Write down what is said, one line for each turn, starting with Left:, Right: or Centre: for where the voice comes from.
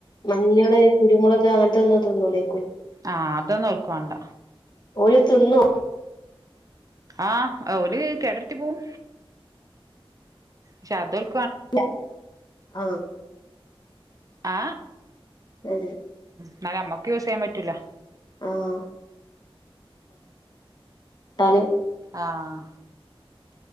Left: മഞ്ഞള് കുരുമുളക് അങ്ങനത്തെ ഒന്നും തിന്നുലെ
Right: ആഹ് അതൊന്നും ഓൽക്ക് വാണ്ട
Left: ഓല് തിന്നോ
Right: ആഹ് ഓല് കേടരത്തി പോവും ക്ഷെ അത് ഓൽ
Left: ല്ല ആ
Right: ആ
Left: ഏ
Right: ഇന്നാല് നമ്മക്ക് യൂസ് ചെയ്യാൻ പറ്റൂല <inaudible>
Left: ആഹ് ട്ടാല്
Right: ആഹ്